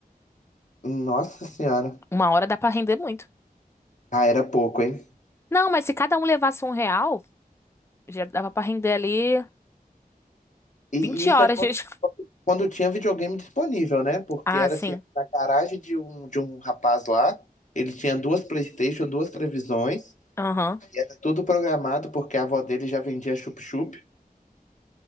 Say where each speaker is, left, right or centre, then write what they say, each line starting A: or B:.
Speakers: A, on the left; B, on the left.
A: Nossa senhora.
B: Uma hora dá pra render muito.
A: Ah, era pouco, hein?
B: Não, mas se cada um levasse um real, já dava pra render ali
A: E, e
B: vinte
A: isso
B: horas
A: é quando,
B: de... <laughs>
A: quando tinha videogame disponível, né? Porque
B: Ah,
A: era
B: sim.
A: assim, na garagem de um, de um rapaz lá, ele tinha duas PlayStation, duas televisões,
B: Aham.
A: tudo programado, porque a avó dele já vendia chup-chup.